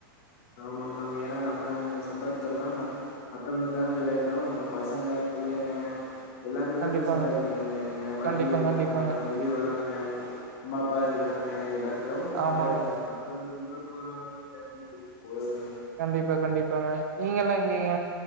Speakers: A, on the left; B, on the right.
A: ஆமா ஆமாங்க ஏன்னா நம்ம சம்பாரிச்சா தான மத்தவனுக்காக இல்லாட்டினாலு நம்ம பசங்க புள்ளைங்க எல்லாத்துக்காகவு
B: கண்டிப்பாங்க
A: சம்பாரிக்கணுங்க எ மனைவி
B: கண்டிப்பா
A: இருக்காங்க
B: கண்டிப்பாங்க
A: நம்மள நம்பி வராங்க அம்மா அப்பா இருக்றாங்க எல்லாருக்காவு சம்பாரிக்காணுலமா
B: ஆமாங்க
A: மத்தவ சொல்ற போறா <unintelligible> சொல்ட்டு போய்ரணு
B: கண்டிப்பா கண்டிப்பாங்க நீங்கல்லா எங்கீங்க